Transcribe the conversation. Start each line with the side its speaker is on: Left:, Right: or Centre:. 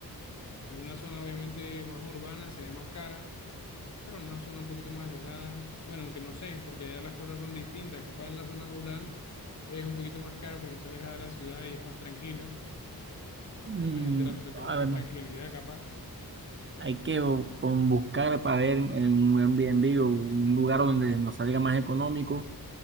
Left: porque una zona obviamente más urbana sería más cara, pero en una zona un poquito más alejada, bueno, aunque no sé, porque allá las cosas son distintas, capaz en la zona rural es un poquito más cara porque está alejada de la ciudad y es más tranquila,
Right: Mm,
Left: porque a la gente la- lo que
Right: a
Left: busca
Right: ver,
Left: es tranquilidad
Right: no,
Left: capaz.
Right: hay que o, con buscar para ver en un Airbnb o un lugar donde nos salga más económico